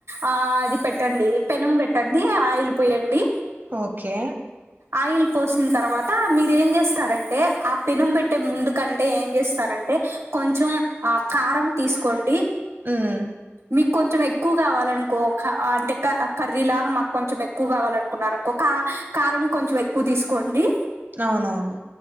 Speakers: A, on the right (about 75°); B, on the right (about 45°).
A: ఆ ఇది పెట్టండి పెనుం బెట్టండి ఆయిల్ పోయండి.
B: ఓకే
A: ఆయిల్ పోసిన తర్వాత మీరు ఏం జేస్తారంటే ఆ పెనం బెట్టే ముందుకంటే ఏం జేస్తారంటే కొంచెం ఆ కారం తీసుకోండి.
B: ఉహ్
A: మీకు కొంచెం ఎక్కువ గావాలనుకో క అంటే కర్రీ లాగా మాకు కొంచెం ఎక్కువ గావాలనుకున్నారునుకో క కారం కొంచెం ఎక్కువ దిసుకోండి.
B: అవునవును